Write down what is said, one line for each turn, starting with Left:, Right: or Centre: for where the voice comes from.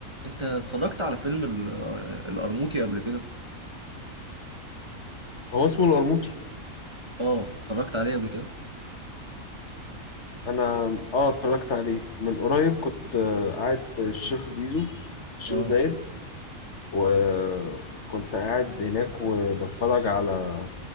Right: انت اتفرجت على فيلم ال- القرموطي قبل كده
Left: هو اسمه القرموطي
Right: اه اتفرجت عليه قبل كده
Left: انا اه اتفرجت عليه من قريب كنت آه، قاعد في الشيخ زيزو الشيخ
Right: اه
Left: زايد وكنت قاعد هناك وبتفرج على